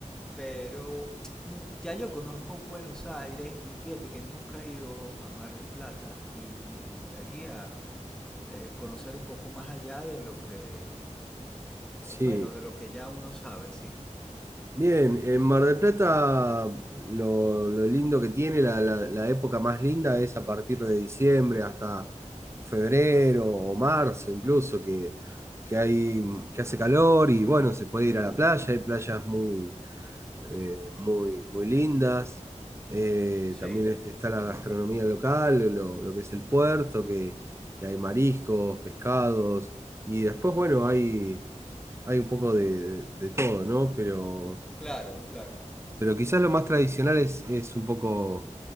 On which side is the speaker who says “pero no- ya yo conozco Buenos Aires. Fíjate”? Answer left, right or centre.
Centre